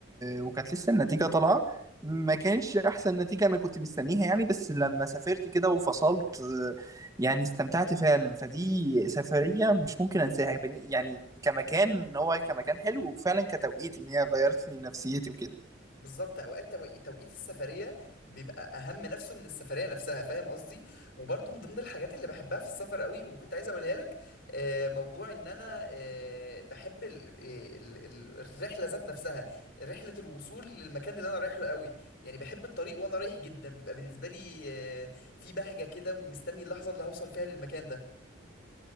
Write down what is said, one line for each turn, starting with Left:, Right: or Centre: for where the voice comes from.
Right: وكانت لسه النتيجه طالعه ما كانتش احسن نتيجه انا كنت مستنيها يعني بس لما سافرت كده وفصلت آه، يعني استمتعت فعلا فدي سفريه مش ممكن انساها بن- يعني كمكان ان هو كمكان حلو وفعلا كتوقيت ان هي غيرت لي نفسيتي وكده
Left: بالظبط اوقات توقي- توقيت السفريه بيبقى اهم نفسه من السفريه نفسها فاهم قصدي وبرضه من ضمن الحاجات اللي بحبها في السفر قوي وكنت عايز اقولها لك آه، موضوع ان انا آه، بحب ال- آه، ال- ال- الرحله ذات نفسها رحله الوصول للمكان اللي انا رايحه قوي يعني بحب الطريق وانا رايح جدا بيبقى بالنسبه لي آه، في بهجه كده ومستني اللحظه اللي هوصل فيها للمكان ده